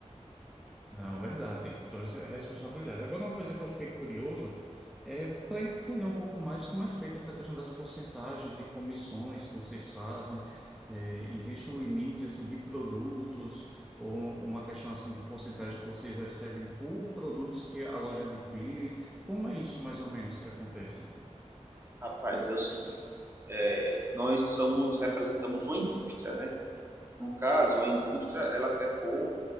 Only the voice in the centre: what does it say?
Não, verdade, tem toda essa responsabilidade. Agora, uma coisa que eu fiquei curioso é para entender um pouco mais como é feita essa questão das porcentagens de comissões que vocês fazem. É, existe um limite assim de produtos ou uma questão assim de porcentagem que vocês recebem por produtos que a loja adquire? Como é isso mais ou menos que acontece?